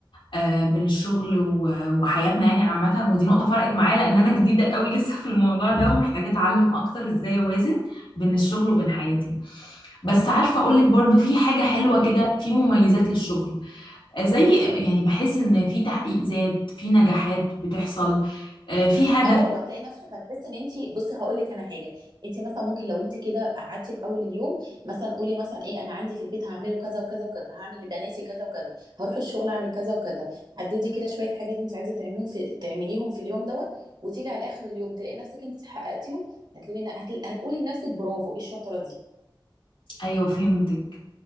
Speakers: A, on the left; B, on the right.
A: آه، بين الشغل و- وحياتنا يعني عامه ودي نقطه فرقت معايا لان انا جديده قوي <laughs> لسه في الموضوع ده ومحتاجه اتعلم اكتر ازاي اوازن بين الشغل وبين حياتي بس عارفه اقول لك برضو في حاجه حلوه كده في مميزات للشغل زي يعني بحس ان في تحقيق ذات في نجاحات بتحصل آه، في هدف
B: اه وهتلاقي نفسك هتحس ان انت بصي هقول لك انا حاجه انت مثلا ممكن لو انت كده قعدتي في اول اليوم مثلا قولي مثلا ايه انا عندي في البيت هعمله كذا وكذا وكذا هعمل لبناتي كذا وكذا هروح الشغل اعمل كذا وكذا حددي كده شويه حاجات انت عايزه تعمليهم في تعمليهم في اليوم دوت وتيجي على اخر اليوم تلاقي نفسك انت حققتيهم هتلاقي هتل... هتقولي لنفسك برافو ايه الشطاره دي
A: ايوه فهمتك